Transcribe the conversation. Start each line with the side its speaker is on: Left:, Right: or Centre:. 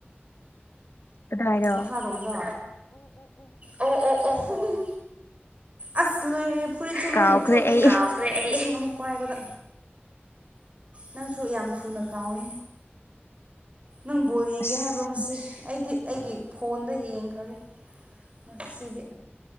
Left: ꯀꯗꯥꯏꯔꯣ
Right: ꯃꯍꯥꯔꯣꯝꯖ ꯑꯣ ꯑꯣ ꯑꯣ ꯑꯣ ꯑꯁ ꯂꯣꯏꯔꯦ ꯐꯨꯔꯤꯠ ꯆꯂꯣꯏꯅ
Left: ꯀꯥꯎꯈ꯭ꯔꯦ
Right: ꯆꯣꯠꯂꯦ
Left: ꯑꯩ
Right: ꯭ꯔꯦ ꯑꯩꯪ ꯑꯃꯨꯛ ꯄꯥꯏꯕꯗ ꯅꯪꯁꯨ ꯌꯥꯝ ꯊꯨꯅ ꯀꯥꯎꯋꯦ ꯅꯪ ꯕꯣꯜ ꯌꯦꯡꯒꯦ
Left: ꯑꯁ
Right: ꯍꯥꯏꯕ꯭ꯔꯣ ꯉꯁꯤ ꯑꯩꯗꯤ ꯑꯩꯒꯤ ꯐꯣꯟꯗ ꯌꯦꯡꯈ꯭ꯔꯒꯦ ꯉꯁꯤꯗꯤ